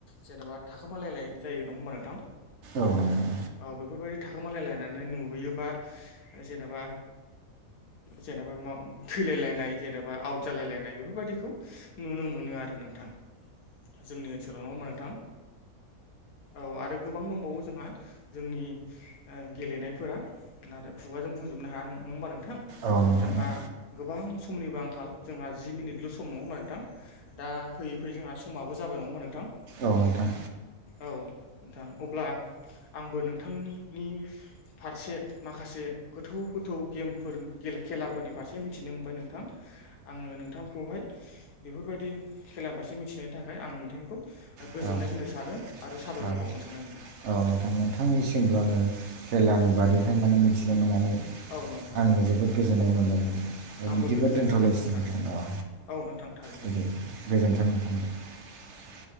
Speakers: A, on the left; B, on the right.
A: जेनेबा थाखोमालायनाय जायो नङा होमबा नोंथां
B: औ नोंथां
A: औ बेफोरबायदि थाखोमालाय लायनानै नुबोयोबा जेनेबा जेनेबा थैलायलायनाय जेनेबा आउट जालायलायनाय बेफोरबायदिखौ नुनो मोनो आरो नोंथां जोंनि ओनसोलाव नङा होनबा नोंथां औ आरो गोबां दंबावो जोंहा जोंनि गेलेनायफोरा नाथाय खुगाजों बुंजोबनो हाया नङा होनोबा नोंथां
B: औ नोंथां
A: जोंहा
B: औ
A: गोबां समनिबो आंखाल जोंहा जि मिनिटल' सम नङा होनोमबा नोंथां दा फैयै फैयै जोंहा समाबो जाबाय नङा होनबा नोंथां
B: औ नोंथां
A: औ नोंथां अब्ला आंबो नोंथांनि फारसे माखासे गोथौ गोथौ गेमफोरनि खेलाफोरनि फारसे मिथिनो मोनबाय नोंथां आङो नोंथांखौहाय बेफोरबायदि खेला फारसे मिथिनायनि थाखाय आं नोंथांखौ
B: औ
A: गोजोन्नाय
B: नोंथां
A: होनो सानो आरो साबाय
B: औ
A: खर
B: औ
A: बावनो सानो नोंथां
B: औ नोंथां नोंथांनिसिमबो आङो खेलानि बादैहाय माने मिथिनो मोननानै
A: औ नोंथां
B: आङो जोबोद गोजोननाय मोनदों नोंथां दा
A: आंबो
B: बिदिबो
A: गोजोननाय
B: दोनथ'लायसिनो
A: मोनबाय नोंथां थारैनो
B: नोथां औ
A: नोंथां थारैनो
B: बिदि गोजोन्थों नोंथां